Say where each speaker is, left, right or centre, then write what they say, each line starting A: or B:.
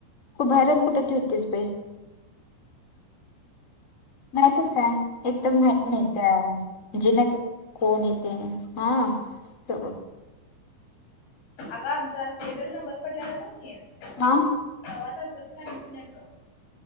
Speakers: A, on the left (about 20°); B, on the left (about 85°).
A: खूभयारण कुठ त होतेस बाई नाहीतर काय. एकदम माह नाही त्याजे नाही कोण येते हा स.
B: अगा आमचा सिरियल नंबर पडलाला नाही मी
A: हा
B: हवा तसच सांगितल्यालं.